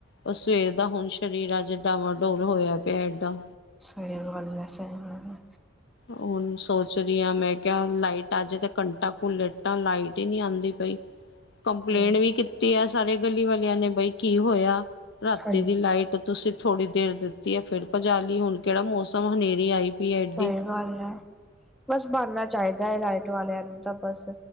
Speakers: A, on the left; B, in the centre.
A: ਉਹ ਸਵੇਰ ਦਾ ਹੁਣ ਸਰੀਰ ਅੱਜ ਡਾਵਾਂ ਡੋਲ ਹੋਇਆ ਪਿਆ ਏਡਾ।
B: ਸਹੀ ਗੱਲ ਏ ਸਹੀ ਗੱਲ ਏ
A: ਹੁਣ ਸੋਚ ਦੀ ਆ ਮੈਂ ਕਿਹਾ ਲਾਈਟਾਂ ਚ ਘੰਟਾ ਕੋੁ ਲੇਟਾਂ ਲਾਈਟ ਹੀ ਨੀ ਆਉਂਦੀ ਪਈ। ਕੰਪਲੇਂਟ
B: ਹਮ।
A: ਵੀ ਕੀਤੀ ਆ ਸਾਰੇ ਗਲੀ ਵਾਲਿਆਂ ਨੇ ਬਈ ਕੀ ਹੋਇਆ ਰਾਤੀ
B: ਹਾਂਜੀ
A: ਦੀ ਲਾਈਟ ਤੇ ਤੁਸੀਂ ਥੋੜ੍ਹੀ ਦੇਰ ਦਿੱਤੀ ਹੈ ਫਿਰ ਭਜਾਲੀ ਹੁਣ ਕਿਹੜਾ ਮੌਸਮ ਹਨੇਰੀ ਆਈ। ਪਈ ਹੈ ਐਡੀ
B: ਸਹੀ ਗੱਲ ਐ। ਬਸ ਬਣਨਾ ਚਾਹੀਦਾ ਏ, ਲਾਈਟ ਵਾਲਿਆਂ ਨੂੰ ਤਾਂ ਬਸ